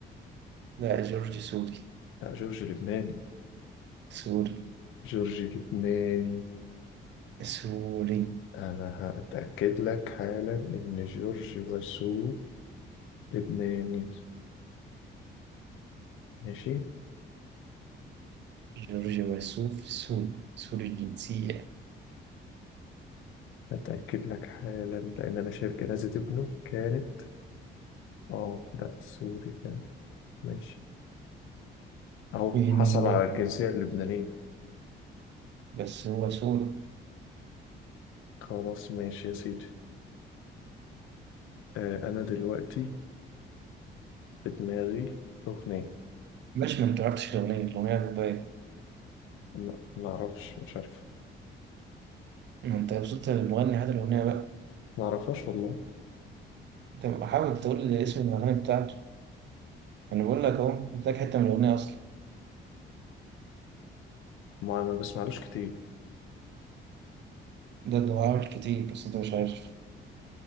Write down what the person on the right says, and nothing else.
لا جورج سوري
سوري
سوري
جورج وسوف سوري سوري الجنسية
مين
اللي هو
بس هو سوري
مش ما انت عرفتش الأغنية الأغنية بتبين
ما انت وصلت للمغني هات الأغنية بقى
انت حاول تقول لي اسم الأغنية بتاعته أنا بقول لك أهو قلت لك حتة من الأغنية أصلا
ده ده عامل كتير بس انت مش عارف